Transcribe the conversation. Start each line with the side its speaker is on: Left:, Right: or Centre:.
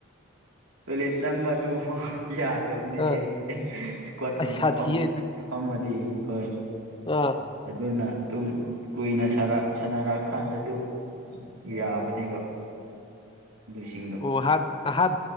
Right: ꯣꯂꯦ ꯆꯪꯕꯗꯨꯐ ꯌꯥꯗꯕꯅꯦꯍꯦ
Left: ꯑꯥ
Right: ꯏꯁꯀꯣꯠꯀꯨꯝꯕ
Left: ꯑꯁ ꯁꯥꯊꯤꯌꯦ
Right: ꯐꯝꯃꯗꯤ ꯍꯣꯏ
Left: ꯑꯣ
Right: ꯑꯗꯨꯅ ꯑꯗꯨꯝ ꯀꯨꯏꯅ ꯁꯥꯟꯅꯔꯛꯑꯀꯥꯟꯗ ꯑꯗꯨꯝ ꯌꯥꯕꯅꯦꯕ ꯑꯗꯨꯁꯤꯡꯗꯣ
Left: ꯑꯣ ꯍꯥꯠ ꯍꯥꯠ